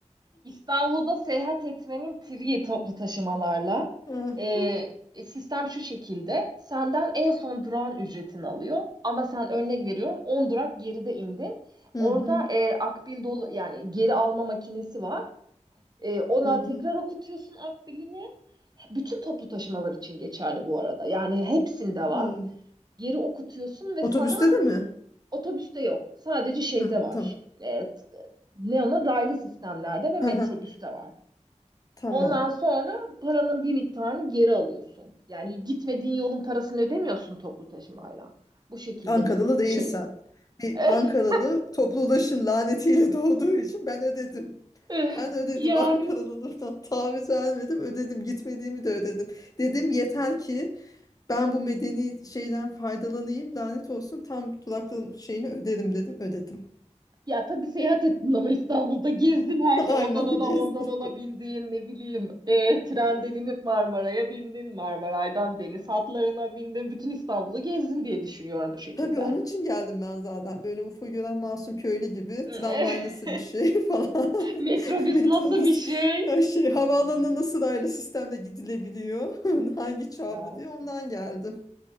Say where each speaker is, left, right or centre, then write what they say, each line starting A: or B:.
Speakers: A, on the right (about 35°); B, on the left (about 30°).
A: İstanbul'da seyahat etmenin triği toplu taşımalarla.
B: Hı
A: Ee,
B: hı,
A: sistem şu şekilde. Senden en son durağın ücretini alıyor. Ama sen örnek veriyorum 10 durak geride indin.
B: hı
A: Orada
B: hı.
A: e, akbil dolu yani geri alma makinesi var. E, ona
B: hı
A: tekrar okutuyorsun akbilini. Bütün toplu taşımalar için geçerli bu arada. Yani hepsinde var.
B: Hmm.
A: Geri okutuyorsun ve
B: Otobüste
A: sana
B: de mi?
A: otobüste yok. Sadece şeyde
B: Ha,
A: var.
B: tamam.
A: E, t- ne ona raylı sistemlerde ve metrobüste
B: Aha,
A: var.
B: Tamam.
A: Ondan sonra paranın bir miktarını geri alıyorsun. Yani gitmediğin yolun parasını ödemiyorsun toplu taşımayla. Bu şekilde
B: Ankaralı
A: biz e,
B: değilsen.
A: şey
B: Bir
A: <laughs>
B: Ankaralı toplu ulaşım lanetiyle <laughs> doğduğu için ben ödedim.
A: Eh,
B: Ben ödedim
A: Yani
B: <laughs> Ankaralılıktan taviz vermedim ödedim gitmediğimi de ödedim. Dedim yeter ki ben bu medeni şeyden faydalanayım lanet olsun tam duraklığın şeyini öderim dedim ödedim.
A: ya tabii seyahat ettin ama İstanbul'da gezdin her
B: <laughs>
A: şey.
B: Aynen
A: Ondan ona
B: gezdim.
A: ondan ona bindiğin ne bileyim eh, trenden inip Marmara'ya bindin. Marmaray'dan deniz hatlarına bindin. Bütün İstanbul'u gezdin diye düşünüyorum bu şekilde.
B: Tabii onun için geldim ben zaten. Böyle UFO gören masum köylü gibi
A: <laughs>
B: tramvay nasıl bir şey <laughs> falan.
A: Metrobüs
B: <laughs> Metro
A: nasıl
B: nasıl
A: bir şey?
B: her şey. Havaalanına nasıl raylı sistemle gidilebiliyor. <laughs> Hangi çağ
A: Ya
B: bu diye ondan geldim.